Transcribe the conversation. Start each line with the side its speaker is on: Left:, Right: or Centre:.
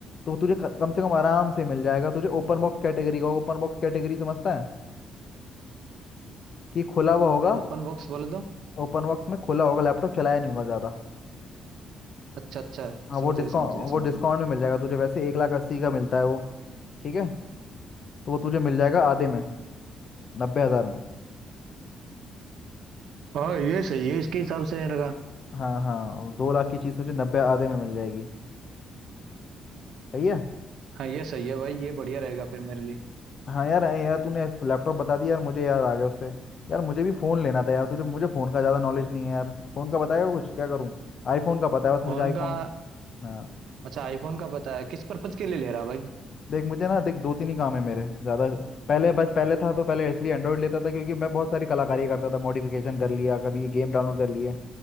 Left: तो तुझे क- कम से कम आराम से मिल जाएगा तुझे ओपन बॉक्स कैटेगरी का ओपन बॉक्स कैटेगरी समझता है कि खुला हुआ होगा
Right: ओपन बॉक्स बोले तो
Left: ओपन बॉक्स में खुला होगा लैपटॉप चलाया नहीं होगा ज़्यादा
Right: अच्छा अच्छा
Left: हाँ वो
Right: समझ
Left: डिस्काउंट
Right: गया समझ गया
Left: वो
Right: समझ
Left: डिस्काउंट
Right: गया
Left: में मिल जाएगा तुझे वैसे एक लाख अस्सी का मिलता है वो ठीक है तो वो तुझे मिल जाएगा आधे में नब्बे हज़ार में
Right: हाँ ये सही है इसके हिसाब से रहेगा
Left: हाँ हाँ दो लाख की चीज़ तुझे नब्बे आधे में मिल जाएगी सही है
Right: हाँ ये सही है भाई ये बढ़िया रहेगा फिर मेरे लिए
Left: हाँ यार ऐ यार तूने लैपटॉप बता दिया यार मुझे याद आ गया उससे यार मुझे भी फ़ोन लेना था यार तुझे मुझे फ़ोन का ज़्यादा नॉलेज नहीं है यार फ़ोन का बताएगा कुछ क्या करूँ आईफ़ोन का पता है बस मुझे
Right: फोन
Left: आईफ़ोन
Right: का
Left: हाँ
Right: अच्छा आईफोन का पता है किस पर्पज के लिए ले रहा भाई
Left: देख मुझे ना देख दो तीन ही काम है मेरे ज़्यादा पहले बस पहले था तो पहले इसलिए एंड्रॉइड लेता था क्योंकि मैं बहुत सारी कलाकारी करता था मॉडिफिकेशन कर लिया कभी गेम डाउनलोड कर लिए